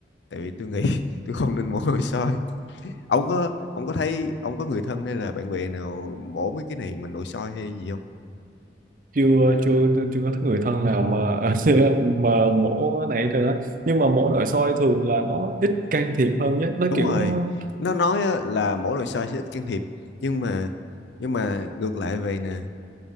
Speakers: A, on the left; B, on the right.
A: tại vì tôi nghĩ <laughs> tôi không nên mổ nội soi ông có ông có thấy ông có người thân hay là bạn bè nào mổ mấy cái này mà nội soi hay gì không
B: chưa chưa chưa có người thân nào mà <laughs> mà mổ này rồi đó nhưng mà mổ nội soi thường là nó ít can thiệp hơn nhé nó
A: đúng
B: kiểu
A: rồi
B: nó
A: nó nói á, là mổ nội soi sẽ ít can thiệp nhưng mà nhưng mà ngược lại vậy nè